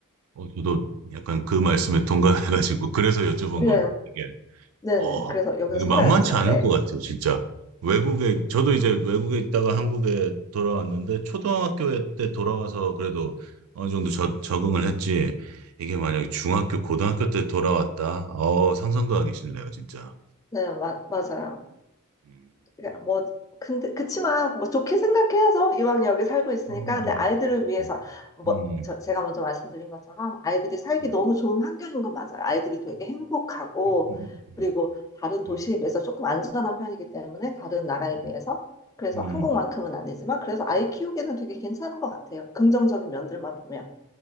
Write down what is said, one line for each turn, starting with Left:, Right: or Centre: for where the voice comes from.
Right: 어, 저도 약간 그 말씀에 동감해가지고 그래서 여쭤본
Left: 네,
Right: 걸 이게
Left: 네네.
Right: 어
Left: 그래서 여기서
Right: 이게
Left: 살아야죠,
Right: 만만치
Left: 뭐.
Right: 않을
Left: 네,
Right: 것 같아요, 진짜. 외국에 저도 이제 외국에 있다가 한국에 돌아왔는데 초등학교 때 돌아와서 그래도 어느 정도 저, 적응을 했지. 이게 만약에 중학교, 고등학교 때 돌아왔다. 어, 상상도 하기 싫네요, 진짜.
Left: 네, 마, 맞아요.
Right: 음,
Left: 그러니까
Right: 음,
Left: 뭐 근데 그치만 뭐 좋게 생각해야죠. 이왕 여기 살고 있으니까.
Right: 음,
Left: 근데 아이들을 위해서
Right: 음,
Left: 뭐
Right: 음,
Left: 저, 제가 먼저 말씀드린 것처럼 아이들이 살기
Right: 음,
Left: 너무 좋은 환경인 건 맞아요. 아이들이 되게 행복하고
Right: 음, 음, 음,
Left: 그리고 다른 도시에
Right: 음.
Left: 비해서 조금 안전한 편이기 때문에 다른 나라에
Right: 음.
Left: 비해서 그래서
Right: 음.
Left: 한국만큼은 아니지만 그래서 아이 키우기에는 되게 괜찮은 것 같아요. 긍정적인 면들만 보면.